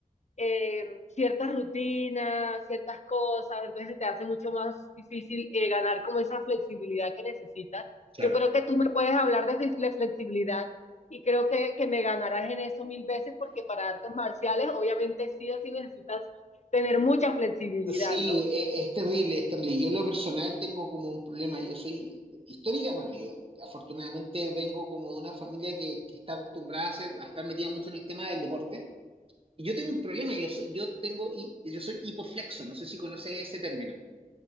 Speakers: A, on the left; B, on the right.
A: eh, ciertas rutinas, ciertas cosas, entonces se te hace mucho más difícil eh, ganar como esa flexibilidad que necesitas.
B: Claro.
A: Yo creo que tú me puedes hablar de flex- de flexibilidad y creo que, que me ganarás en eso mil veces porque para artes marciales obviamente sí o sí necesitas tener mucha flexibilidad,
B: Sí,
A: ¿no?
B: e- es, terrible, es terrible. Yo en lo personal tengo como un problema. Yo soy histórica, bueno, yo afortunadamente vengo como de una familia que, que está acostumbrada a, ser, a estar metida mucho en el tema del deporte. Y yo tengo un problema, yo soy, yo tengo, hi- yo soy hipoflexo, no sé si conoces ese término.